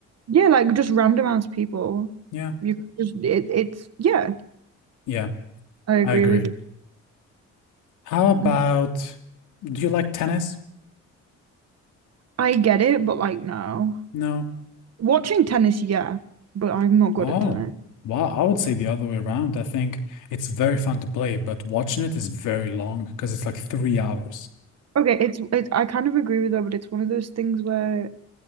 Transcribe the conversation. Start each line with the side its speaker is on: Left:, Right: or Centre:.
Right: Yeah, like just random ass people.
Left: Yeah,
Right: You could just it, it's yeah,
Left: yeah,
Right: I agree
Left: I agree.
Right: with
Left: How about,
Right: you.
Left: do you like tennis?
Right: I get it, but like no.
Left: No.
Right: Watching tennis, yeah, but I'm not good
Left: Oh,
Right: at tennis.
Left: wow. I would say the other way around. I think it's very fun to play, but watching it is very long because it's like three hours.
Right: Okay, it's it, I kind of agree with her, but it's one of those things where